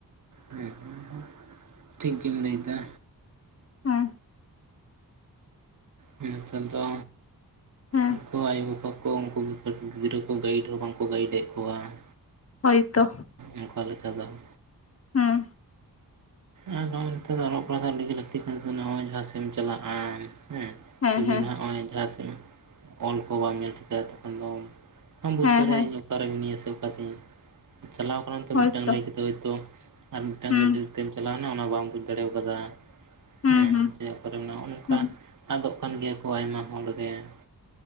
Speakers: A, on the right (about 55°); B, on the left (about 40°).
A: ᱦᱮᱸᱻ ᱴᱷᱤᱠᱜᱮᱢ ᱞᱟᱹᱭ ᱫᱟ᱾
B: ᱦᱮᱸ
A: ᱱᱮᱛᱟᱨ ᱫᱚ
B: ᱦᱮᱸ
A: ᱩᱱᱠᱩ ᱟᱭᱳ ᱵᱟᱵᱟ ᱠᱚ ᱠᱚ ᱩᱱᱠᱩ ᱠᱟᱹᱴᱤᱡ ᱜᱤᱫᱽᱨᱟᱹ ᱠᱚ ᱜᱟᱭᱤᱰ ᱦᱚᱸ ᱵᱟᱝᱠᱚ ᱜᱟᱭᱤᱰ ᱮᱜ ᱠᱚᱣᱟᱸ
B: ᱦᱳᱭᱛᱚ
A: ᱚᱱᱠᱟ ᱞᱮᱠᱟ ᱞᱮᱠᱟ ᱫᱚ ᱾
B: ᱦᱮᱸ
A: ᱟᱨ ᱱᱚᱜᱚᱭ ᱛᱮ ᱫᱚ ᱚᱞᱚᱜ ᱯᱟᱲᱦᱟᱜ ᱫᱚ ᱱᱤᱡᱮ ᱞᱟᱹᱠᱛᱤ ᱠᱟᱱ ᱛᱟᱵᱚᱱᱟ, ᱱᱚᱜᱼᱚᱭ ᱡᱟᱦᱟᱸᱥᱮᱫ ᱮᱢ ᱪᱟᱞᱟᱜᱼᱟ ᱾ ᱦᱮᱸ
B: ᱦᱮᱸ
A: ᱡᱩᱫᱤ
B: ᱦᱮᱸ
A: ᱱᱟᱦᱟᱸᱜ ᱱᱚᱜᱼᱚᱭ ᱡᱟᱦᱟᱸ ᱥᱮᱜ ᱚᱞ ᱠᱚ ᱵᱟᱢ ᱧᱮᱞ ᱴᱷᱤᱠᱟᱹᱟ ᱛᱚᱠᱷᱚᱱ ᱫᱚᱢ ᱵᱩᱡ
B: ᱦᱮᱸ
A: ᱫᱟᱲᱮᱭᱟᱜᱼᱟ
B: ᱦᱮᱸ
A: ᱤᱧ ᱚᱠᱟᱨᱮ ᱢᱤᱱᱟᱹᱧᱟ, ᱥᱮ ᱚᱠᱟ ᱛᱮ ᱤᱧ ᱪᱟᱞᱟᱣ ᱠᱟᱱᱟᱢ ᱛᱚ
B: ᱦᱳᱭᱛᱚ
A: ᱢᱤᱫᱴᱟᱝ ᱞᱟᱹᱭ ᱠᱟᱛᱮ ᱦᱚᱭ ᱛᱚ ᱟᱨ ᱢᱤᱫᱴᱟᱝ
B: ᱦᱩᱸ
A: ᱜᱟᱹᱰᱤ ᱛᱮᱢ ᱪᱟᱞᱟᱣᱱᱟ ᱚᱱᱟ ᱵᱟᱢ ᱵᱩᱡᱽ ᱫᱟᱲᱮᱣ ᱠᱟᱫᱟ ᱾
B: ᱦᱩᱸ
A: ᱦᱮᱸ
B: ᱦᱩᱸ
A: ᱡᱮ ᱚᱠᱟᱨᱮ ᱢᱮᱱᱟᱜᱼᱟ ᱱᱚᱜᱼᱱᱝᱠᱟ
B: ᱦᱩᱸ
A: ᱟᱫᱚᱜ ᱠᱟᱱ ᱜᱮᱭᱟ ᱠᱚ ᱾ ᱠᱚ ᱟᱭᱢᱟ ᱚᱰᱮ ᱦᱮᱸ,